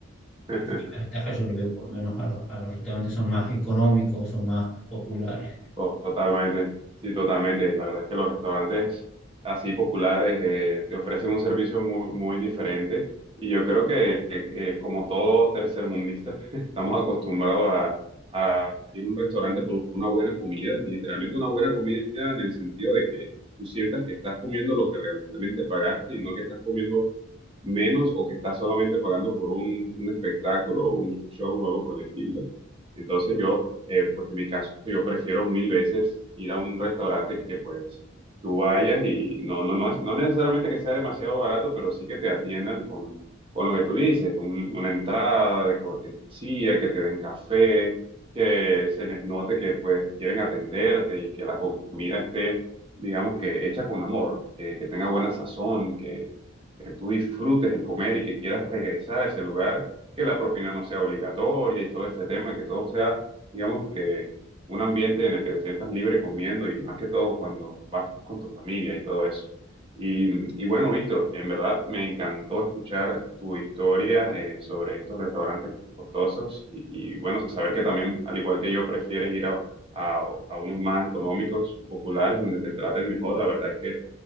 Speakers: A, on the right; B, in the centre.
A: <laughs>
B: Así que la ventaja yo le veo por lo menos a los, a los restaurantes son más económicos, son más populares.
A: Totalmente, sí, totalmente. La verdad es que los restaurantes así populares eh, te ofrecen un servicio muy, muy diferente y yo creo que eh, eh, como todo tercermundista <laughs> estamos acostumbrados a, a ir a un restaurante por una buena comida, literalmente una buena comida en el sentido de que tú sientas que estás comiendo lo que realmente pagaste y no que estás comiendo menos o que estás solamente pagando por un, un espectáculo o un show o algo por el estilo. Entonces yo, eh, pues en mi caso, yo prefiero mil veces ir a un restaurante que pues tú vayas y no, no, no, es, no necesariamente que sea demasiado barato, pero sí que te atiendan con, con lo que tú dices, un- una entrada de cortesía, que te den café, que se les note que pues quieren atenderte y que la comida esté, digamos que hecha con amor, que, que tenga buena sazón, que que tú disfrutes el comer y que quieras regresar a ese lugar, que la propina no sea obligatoria y todo este tema, que todo sea, digamos, que un ambiente en el que te sientas libre comiendo y más que todo cuando vas con tu familia y todo eso. Y, y bueno, Víctor, en verdad me encantó escuchar tu historia eh, sobre estos restaurantes costosos y, y, bueno, saber que también, al igual que yo, prefieres ir a, a, a unos más económicos, populares, donde te traten mejor. La verdad es que